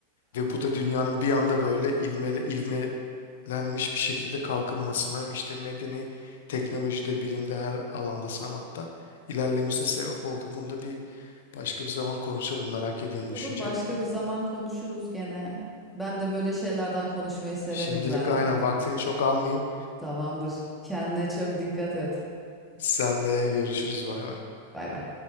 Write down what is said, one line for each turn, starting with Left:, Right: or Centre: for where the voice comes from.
Centre: Aa,
Left: Ve bu da dünyanın bir anda böyle ivmele, ivmelenmiş bir şekilde kalkınmasına hem işte medeni, teknolojide, bilimde, her alanda, sanatta ilerlemesine sebep oldu. Bunu da bir başka bir zaman konuşalım. Merak
Centre: olur
Left: ediyorum
Centre: olur
Left: düşüncelerini.
Centre: başka bir zaman konuşuruz gene. Ben de böyle şeylerden konuşmayı severim
Left: Şimdilik
Centre: zaten.
Left: aynen vaktini çok almayayım.
Centre: Tamamdır. Kendine çok dikkat et.
Left: Sen de görüşürüz. Bay bay.
Centre: Bay bay.